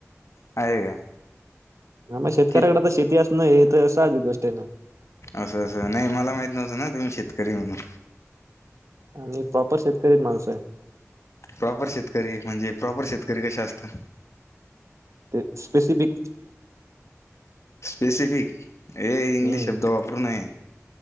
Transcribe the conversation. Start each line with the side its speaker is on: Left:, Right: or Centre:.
Left: आहे का?
Right: आ म शेतकऱ्याकडे
Left: कि
Right: तर शेती असन हे तर साहजिक गोष्ट आहे ना.
Left: असं असं नाही मला माहित नव्हतं ना तुम्ही शेतकरी म्हणून
Right: आणि प्रॉपर शेतकरीच माणूस आहे.
Left: प्रॉपर शेतकरी म्हणजे प्रॉपर शेतकरी कसे असता.
Right: ते स्पेसिफिक
Left: स्पेसिफिक हे इंग्लिश
Right: हम्म
Left: शब्द वापरू नये.